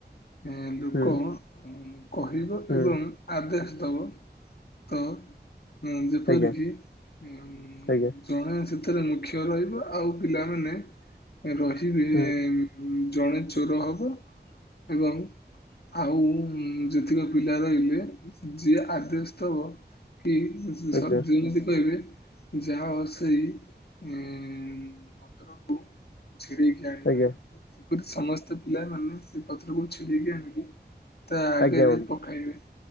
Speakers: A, on the left; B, on the left.
A: ଏ ଲୋକ
B: ହୁଁ
A: କହିବ
B: ହୁଁ
A: ଏବଂ ଆଦେଶ ଥବ ତ ହଁ ଯେପରି
B: ଆଜ୍ଞା
A: କିି ଉ
B: ଆଜ୍ଞା
A: ଜଣେ ସେଥ ଥିରେ ମୁଖ୍ୟ ରହିବ ଆଉ ପିଲାମାନେ ରହିବେ
B: ହୁଁ
A: ଅଁ ଜଣେ ଚୋର ହବ ଏବଂ ଆଉ ଯେତିକ ପିଲା ରହିଲେ ଯିଏ ଆଦେଶ ଦବ କି ସ-
B: ଆଜ୍ଞା
A: ସ
B: ହୁଁ ହୁଁ
A: ଯେମିତି କହିବେ ଯାହା ହଉ ସେଇ ଉଁ ପତ୍ରକୁ ଛିଡ଼େଇକି ଆଣିବା
B: ଆଜ୍ଞା
A: ସେପରି ସମସ୍ତେ ପିଲାମାନେ ସେ ପତ୍ରକୁ ଛିଡ଼େଇକି ଆଣିକି ତା
B: ଆଜ୍ଞା ହୁଁ ଆଜ୍ଞା
A: ଆଗରେ
B: ବନ୍ଧୁ
A: ପକାଇବେ।